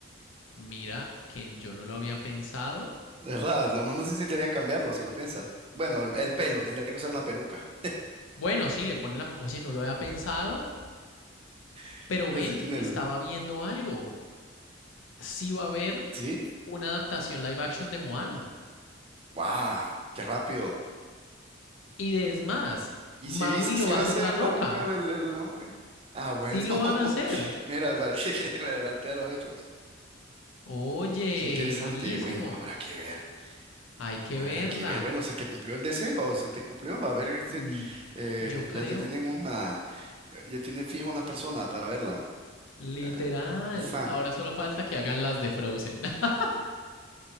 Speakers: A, on the left; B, on the right.
A: Mira que yo no lo había pensado.
B: ¿verdad? No, no necesitarían cambiarlo si lo piensas. Bueno, el, el pelo, tendría que usar una peluca.
A: Bueno, sí, le ponen la... Oye, no lo había pensado,
B: <laughs>
A: pero
B: Así
A: ven,
B: tiene
A: estaba
B: el...
A: viendo algo. Sí va a haber
B: ¿Sí?
A: una adaptación live action de Moana.
B: ¡Guau! ¡Qué rápido!
A: Y de- es más,
B: Y
A: Maui
B: si dices
A: lo
B: si
A: va
B: va
A: a hacer
B: a ser
A: La Roca.
B: La Roca el, el, Maui. Ah, bueno.
A: Sí lo
B: <laughs>
A: van a hacer.
B: Mira, parece que me adelanté a los hechos.
A: Oye,
B: Qué interesante.
A: buenísimo.
B: Bueno, habrá que ver.
A: Hay que
B: Habrá
A: verla.
B: que ver. Bueno, se te cumplió el deseo, se te cumplió. A ver, este,
A: Mm,
B: eh,
A: yo creo,
B: ya, ya tienen una, ya tienen fija una persona para verla.
A: literal.
B: Ah, un fan.
A: Ahora solo falta que hagan las de Frozen. <laughs>